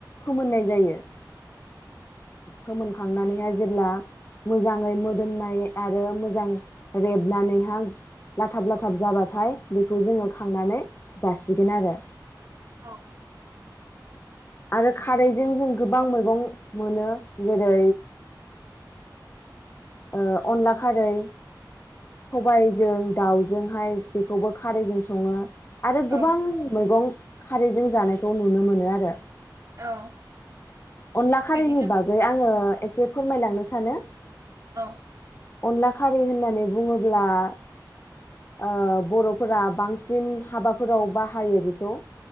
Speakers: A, on the left; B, on the right.
A: फोमोननाय जायो। फोमोनखांनानैहाय जेब्ला मोजाङै मोदोमनाय आरो मोजां रेबनानैहा लाथाब-लाथाब जाबाथाय बेखौ जोङो खांनानै जासिगोन आरो
B: औ
A: आरो खारैजों जों गोबां मैगं मोनो जेरै ओ अनला खारै सबायजों दाउजोंहाय बेखौबो खारैजों सङो आरो
B: औ
A: गोबां मैगं खारैजों जानायखौ नुनो मोनो आरो
B: औ
A: अनला खारैनि
B: बिदिनो
A: बागै आङो एसे फोरमायलांनो सानो
B: औ
A: अनला खारै होननानै बुङोब्ला ओ बर'फोरा बांसिन हाबाफोराव बाहायो बेखौ